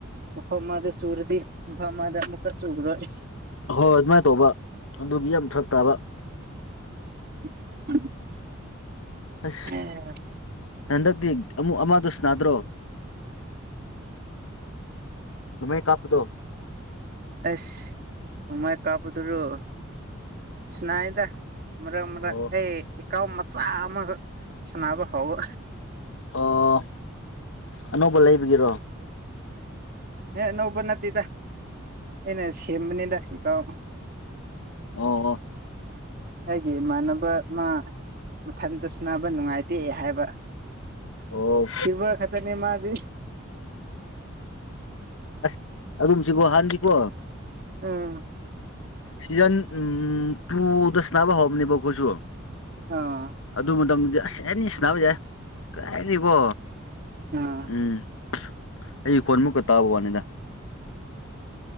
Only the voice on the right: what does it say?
ꯃꯐꯝ ꯃꯥꯗ ꯆꯨꯔꯗꯤ ꯃꯐꯝ ꯃꯥꯗ ꯑꯃꯨꯛꯀ ꯆꯨꯔꯣꯏ
<unintelligible>
ꯎꯝ
ꯑꯦꯁꯃꯥꯏ ꯀꯥꯄꯗꯨꯔꯣ ꯁꯅꯥꯥꯏꯗ ꯃꯔꯛ ꯃꯔꯛ
ꯑꯩ ꯏꯀꯥꯎ ꯃꯆꯥ ꯑꯃꯈꯛ ꯁꯥꯟꯅꯕ ꯍꯥꯎꯕ
ꯑꯦꯦ ꯑꯅꯧꯕ ꯅꯠꯇꯦꯗ ꯑꯩꯅ ꯁꯦꯝꯕꯅꯤꯗ ꯏꯀꯥꯎ
ꯑꯩꯒꯤ ꯏꯃꯥꯟꯅꯕ ꯃꯥ ꯃꯊꯟꯇ ꯁꯅꯕ ꯅꯨꯡꯉꯥꯏꯇꯦ ꯍꯥꯏꯕ
ꯁꯤꯚꯔ ꯈ ꯇꯅꯦ ꯃꯥꯗꯤ
ꯑꯝ
ꯑꯥ
ꯑꯥ